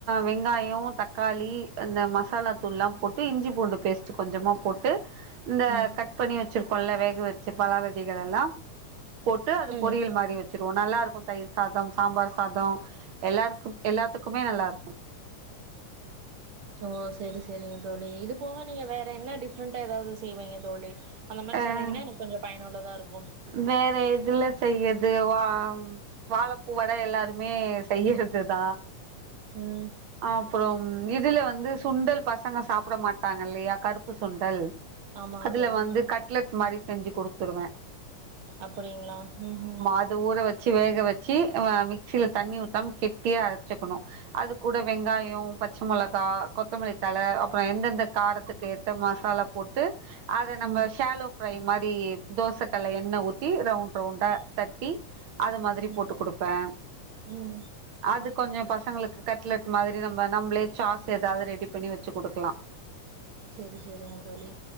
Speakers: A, on the right; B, on the right.
A: வெங்காயோம் தக்காளி இந்த மசாலா தூள்லாம் போட்டு இஞ்சி பூண்டு பேஸ்ட் கொஞ்சமா போட்டு இந்த
B: ம்
A: கட் பண்ணி வச்சிருக்கோல வேக வச்சு பலாவிதைகள் எல்லா போட்டு அது பொரியல்
B: ம்
A: மாரி வச் ச்சுருவோ நல்லா இருக்கும் தயிர் சாதம் சாம்பார் சாதம் எல்லாருக்கும் எல்லாத்துக்குமே நல்லா இருக்கும்
B: ஓ சரி சரிங்க தோழி இது போக நீங்க வேற என்ன டிஃப்ரெண்டா ஏதாவது செய்வீங்க தோழி அந்த மாரி
A: அ
B: சொன்னீங்கன்னா எனக்கு கொஞ்சம் பயனுள்ளதா இருக்கும்
A: வேற எதுல செய்யது வா வாழைப்பூ வடை எல்லாருமே செய்றதுதா
B: உம்
A: அப்புறம் இதுல வந்து சுண்டல் பசங்க சாப்ட மாட்டாங்க இல்லையா கருப்பு சுண்டல்
B: ஆமாங்க
A: அதுல
B: தோழி
A: வந்து கட்லெட் மாரி செஞ்சு குடுத்துருவேன்
B: அப்டிங்களா உம் ம்
A: அது ஊற வச்சு வேக வச்சு மிக்சியில தண்ணி ஊத்தாம கெட்டிய அரச்சுக்கணும் அது கூட வெங்காயம் பச்ச மெளகா கொத்தமல்லித்தழ அப்றம் எந்தெந்த காரத்துக்கு ஏத்த மசாலா போட்டு அத நம்ம
B: ம்
A: ஷேலோ ஃப்ரை மாரி தோச கல்ள எண்ணெ ஊத்தி ரவுண்ட் ரவுண்டா தட்டி அது மாதிரி
B: ம்
A: போட்டு குடுப்பேன்
B: ம்
A: அது கொஞ்சோ பசங்களுக்கு கட்லெட் மாதிரி நம்ம நம்மளே சாஸ் ஏதாவது ரெடி பண்ணி வச்சு குடுக்கலா
B: <inaudible> சரி சரிங்க தோழி